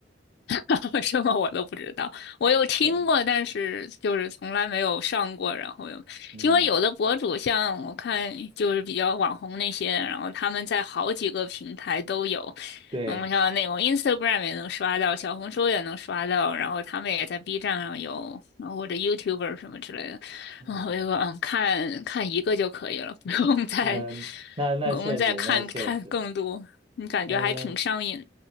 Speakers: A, on the left; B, on the right.
A: <laughs> 为什么我都不知道，我有听过，
B: 对，
A: 但是就是从来没有上过。然后有，
B: 嗯，
A: 因为有的博主像我看就是比较网红那些，然后他们在好几个平台都有，
B: 对，
A: 嗯，像那种 Instagram 也能刷到，小红书也能刷到，然后他们也在 B 站上有，然后或者 YouTuber 什么之类的。
B: 嗯
A: 然后我就说，嗯，看看一个就可以了，<laughs> 不用再
B: 嗯，那那确实，
A: 不用再看看更多。
B: 那确实，
A: 你感觉还挺上瘾
B: 嗯。